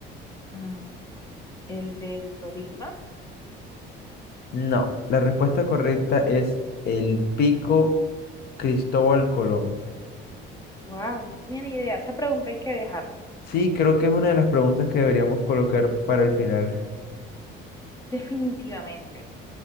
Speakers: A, on the left; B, on the left.
A: Mm, el del Tolima.
B: No, la respuesta correcta es el Pico Cristóbal Colón.
A: Wow, no tenía ni idea. Esa pregunta hay que dejarla.
B: Sí, creo que es una de las preguntas que deberíamos colocar para el final.
A: Definitivamente.